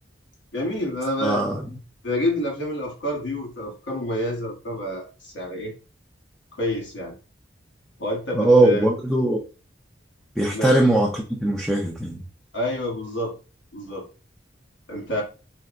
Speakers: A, on the left; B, in the centre.
A: جميل انا بقى
B: ف
A: بيعجبني الافلام اللي الافكار دي وافكار مميزه وبتاع بحس يعني ايه كويس يعني هو انت بت
B: اه وبرضه بيحترموا
A: ماشي
B: عقلية المشاهد يعني.
A: ايوه بالظبط بالظبط انت